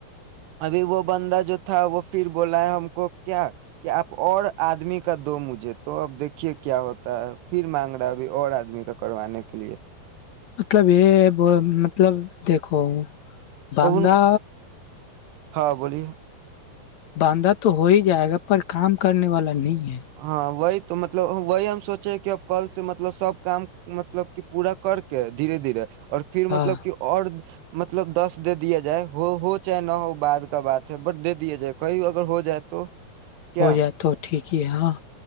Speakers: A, on the right (about 80°); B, on the left (about 60°).
A: ابھی وہ بندہ جو تھا وہ پھر بولا ہے ہم کو کیا کہ آپ اور آدمی کا دو مجھے تو اب دیکھیے کیا ہوتا ہے پھر مانگ رہا ابھی اور آدمی کا کروانے کے لیے
B: مطلب یہ ہے مطلب دیکھو ہ بدہ
A: اب ان کو ہاں بولیے
B: بانھا تو ہو ہی جائے گا پر کام کرنے والا نہیں ہے
A: ہاں وہی تو مطلب وہی ہم سوچے کہ اب کل سے مطلب سب کام مطلب کہ پورا کر کے دھیرے دھیرے اور پھر
B: ہاں
A: مطلب کہ اور مطلب دس دے دیا جائے ہو ہو چاہے نہ ہو بعد کا بات ہے بٹ دے دیا جائے کہئی اگر ہو جائے تو کیا
B: ہو جائے تو ٹھیک کیا ہاں